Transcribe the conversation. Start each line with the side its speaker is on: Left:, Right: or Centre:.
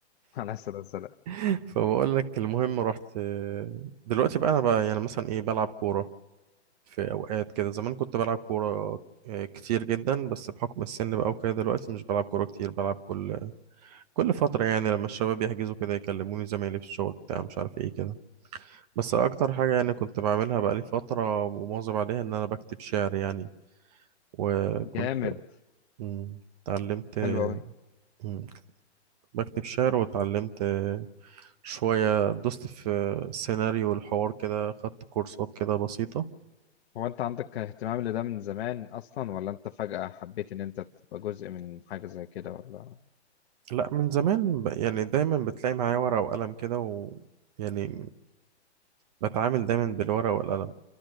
Left: <laughs> على السلامة السلام
Right: <laughs> فبقول لك المهم رحت دلوقتي بقى أنا بقى يعني مثلا إيه بلعب كورة في اوقات كده زمان كنت بلعب كوره آه، كتير جدا بس بحكم السن بقى وكده دلوقتي مش بلعب كوره كتير بلعب كل كل فتره يعني لما الشباب يحجزوا كده يكلموني زمايلي في الشغل بتاع مش عارف ايه كده بس اكتر حاجه يعني كنت بعملها بقى لي فتره ومواظب عليها ان انا بكتب شعر يعني وكنت
Left: جامد
Right: مم، اتعلمت
Left: حلو أوي
Right: مم، بكتب شعر واتعلمت شويه دوست في سيناريو الحوار كده خدت كورسات كده بسيطه
Left: هو أنت عندك اهتمام لده من زمان أصلا ولا أنت فجأة حبيت إن أنت تبقى جزء من حاجة زي كده ولا
Right: لا من زمان ب... يعني دايما بتلاقي معايا ورقة وقلم كده و يعني بتعامل دايما بالورقة والقلم